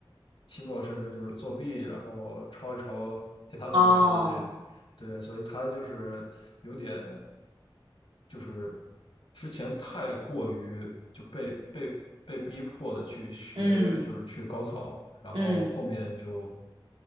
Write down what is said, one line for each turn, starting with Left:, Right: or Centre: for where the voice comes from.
Left: 期末甚至就是作弊，然后抄一抄其他同学的这对，
Right: 哦，
Left: 所以他就是有点，就是之前太过于就被被被逼迫的去学，
Right: 嗯
Left: 就是去高考，然后后面就
Right: 嗯，